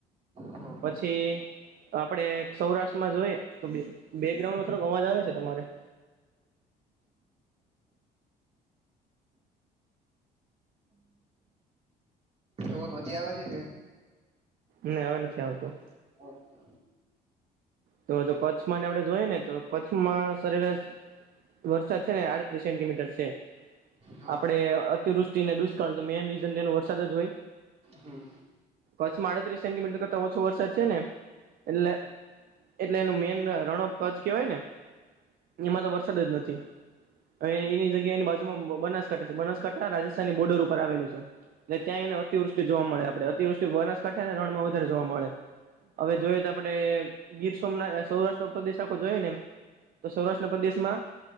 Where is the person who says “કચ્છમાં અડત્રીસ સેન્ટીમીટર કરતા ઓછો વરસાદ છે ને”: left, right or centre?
Right